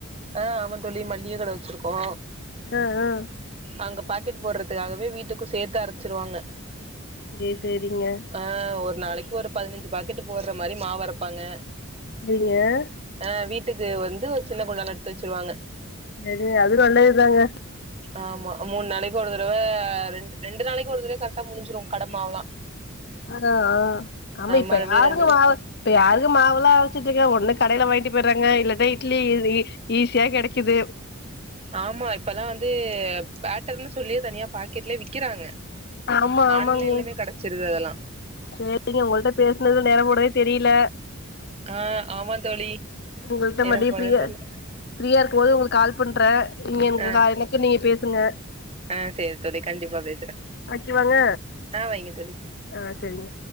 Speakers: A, on the right; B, on the left.
A: ஆ ஆமா தோழி மல்லிக கட வச்சிருக்கோ
B: ஆ ஆ
A: அங்க பாக்கெட் போட்றதுக்காகவே வீட்டுக்கு சேத்து அரைச்சிருவாங்க
B: சேரி சேரிங்க
A: ஆ ஒரு நாளைக்கு ஒரு பதினஞ்சி பாக்கெட்டு போட்ற மாரி மாவ் அரைப்பாங்க
B: செரிங்க
A: ஆ வீட்டுக்கு வந்து ஒரு சின்ன குண்டான்ல எடுத்து வச்சிருவாங்க
B: எது <unintelligible> இதாங்க
A: ஆமா மூணு நாளைக் ஒரு தரவ ரெண்டு ரெண்டு நாளைக்கும் ஒரு தரவயே கரெக்டா முடிஞ்சிரு கட மாவ்லா
B: அதா ஆமா இப்ப
A: மறுபடியும்
B: யாருங்க
A: ரெண்டு நாள்
B: மாவு இப்ப யாருங்க மாவுலா அரச்சிட்ருக்கா ஒன்னு கடைல வாங்கிட்டு பேய்றாங்க இல்லனா இட்லி இ ஈஸியா கெடைக்குது
A: ஆமா இப்பல்லா வந்து பேட்டர்ன்னு சொல்லியே தனியா பாக்கெட்லே விக்கிறாங்க
B: ஆமா ஆமாங்க
A: ஆன்லைன்லிமே கெடைச்சிருது அதெல்லா
B: சேரிங்க உங்கள்ட்ட பேஸ்னது நேரம் போனதே தெரில
A: ஆ ஆமா தோழி
B: உங்கள்ட்ட
A: எனக்கு
B: மதிய ஃப்ரீய
A: ஒண்ணும் தெர்ல.
B: ஃப்ரீயா இருக்கும்போது உங்குளுக்கு கால் பண்றே நீங்க எனக்கு
A: ஆ
B: கால் எனக்கு நீங்க பேசுங்க
A: ஆ சரி தொழி கண்டிப்பா பேசுறே
B: ஓகேவாங்க
A: ஆ வைங்க தொழி
B: ஆ சரிங்க